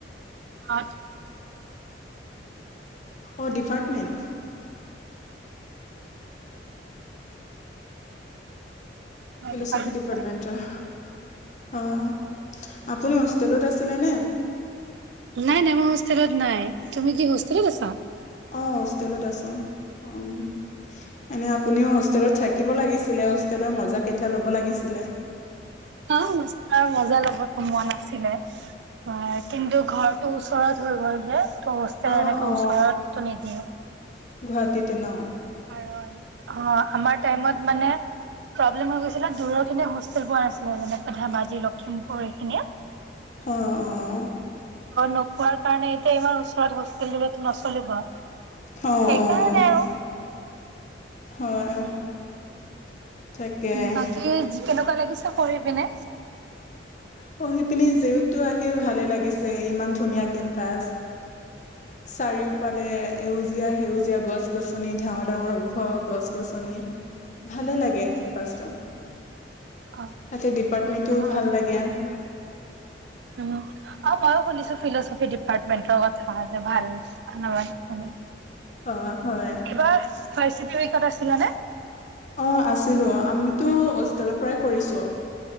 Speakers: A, on the right (about 70°); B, on the left (about 40°).
A: অঁ'
B: অ' ডিপাৰ্টমেণ্ট। ফিলচফি
A: অ
B: ডিপাৰ্টমেণ্টৰ। অঁ আপুনি হোষ্টেলত আছিলে নে?
A: নাই নাই মই হোষ্টেলত নাই, তুমি কি হোষ্টেলত আছা?
B: অঁ হোষ্টেলত আছো অঁ, এনেই আপুনিও হোষ্টেলত থা- কিব লাগিছিলে হোষ্টেলৰ মজা কেইতা ল'ব লাগিছিলে।
A: অঁ হোষ্টেলৰ মজা ল'ব টো মন আছিলে। হয়, কিন্তু ঘৰটো ওচৰত হৈ গ'ল যে, ত হোষ্টেলত
B: অ'
A: এনেকে
B: অ'
A: ওচৰতটো নিদিয়ে।
B: গুৱাহাটীতে ন।
A: কাৰণ, অঁ আমাৰ টাইমত মানে- প্ৰব্লেম হৈ গৈছিলে দূৰৰ খিনিয়ে হোষ্টেল পোৱা নাছিলে, যেনেকৈ ধেমাজি লখিমপুৰ এখিনিয়ে।
B: অঁ অঁ।
A: ত' নোপোৱাৰ কাৰণে এতিয়া ইমান ওচৰত হোষ্টেল দিলেতো নচলিব।
B: অঁ
A: সেইকাৰণে
B: অঁ।
A: আৰু
B: হয়, তাকে।
A: বাকী যি কেনেকুৱা লাগিছে পঢ়ি পিনে?
B: পঢ়িপিনি জিউতো আহি ভালে লাগিছে ইমান ধুনীয়া কেম্পাচ। চাৰিওফালে- এউজীয়া সেউজীয়া গছ গছনি ডাঙৰ ডাঙৰ ওখ গছ গছনি। ভালেই লাগে কেম্পাচটো।
A: অঁ'
B: তাতে ডিপাৰ্টমেন্টটোও
A: আন
B: ভাল লাগে।
A: উম'। অঁ ময়ো শুনিছো ফিলচফি ডিপাৰ্টমেন্টৰ কথা যে ভাল, সেনকা মানে।
B: অঁ হয়।
A: এইবাৰ হয় চি উইকত আছিলা নে?
B: অ আছিলো। আমিতো হোষ্টেলৰ পৰাই কৰিছোঁ।